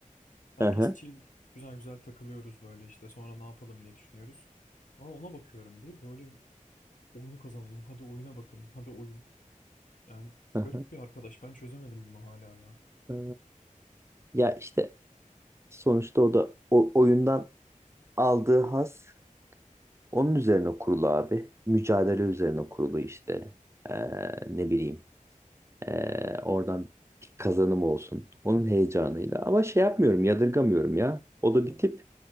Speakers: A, on the left; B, on the right.
A: Herkes
B: hı hı,
A: chill. Güzel güzel takılıyoruz böyle işte. Sonra ne yapalım diye düşünüyoruz. Sonra ona bakıyorum bir. Böyle oyunu kazanalım. Hadi oyuna bakın. Hadi oyun. Yani
B: hı hı.
A: garip bir arkadaş. Ben çözemedim bunu hala ya.
B: Ee, Ya işte sonuçta o da o oyundan aldığı haz onun üzerine kurulu abi. Mücadele üzerine kurulu işte. Ee, ne bileyim. Ee, oradan bir kazanım olsun. Onun heyecanıyla. Ama şey yapmıyorum, yadırgamıyorum ya. O da bir tip.